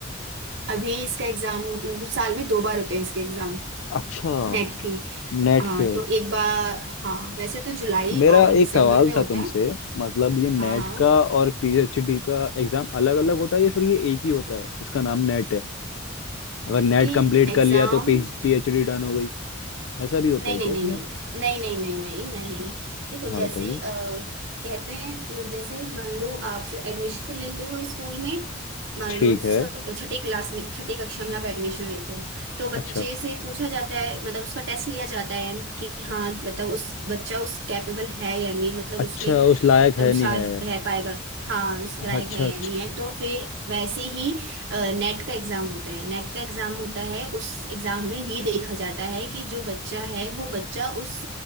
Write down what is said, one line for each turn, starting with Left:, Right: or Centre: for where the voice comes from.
Right: अभी इसका एग्जाम मतलब साल में दो बार होते हैं इसके एग्जाम
Left: अच्छा
Right: नेट की
Left: नेट
Right: हाँ
Left: के
Right: तो एक बार हाँ वैसे तो जुलाई
Left: मेरा
Right: और दिसंबर
Left: एक सवाल
Right: में होता
Left: था तुमसे
Right: है
Left: मतलब ये नेट
Right: हाँ हाँ
Left: का और पीएचडी का एग्जाम अलग अलग होता है या फिर ये एक ही होता है इसका नाम नेट है अगर नेट
Right: ये
Left: कंप्लीट
Right: एग्जाम
Left: कर लिया तो पीएचडी डन हो गई ऐसा भी होता
Right: नहीं
Left: है
Right: नहीं
Left: क्या इसमें
Right: नहीं नहीं नहीं नहीं नहीं नहीं नहीं देखो
Left: हाँ
Right: जैसे
Left: बताइए
Right: अ, कहते हैं जैसे मान लो आप एडमिशन लेते हो स्कूल में मान
Left: ठीक
Right: लो स-
Left: है
Right: छठी क्लास में छठी कक्षा में आप एडमिशन लेते हो तो बच्चे
Left: अच्छा
Right: से पूछा जाता है मतलब उसका टेस्ट लिया जाता है कि हाँ मतलब उस बच्चा उस कैपेबल है या नहीं मतलब
Left: अच्छा
Right: उसके
Left: उस लायक है
Right: अनुसार
Left: नहीं है
Right: रह पाएगा हाँ उस
Left: अच्छा
Right: लायक है
Left: अच्छा
Right: या नहीं है तो फिर वैसे ही नेट का एग्जाम होता है नेट का एग्जाम होता है उस एग्जाम में ये देखा जाता है कि जो बच्चा है वो बच्चा उस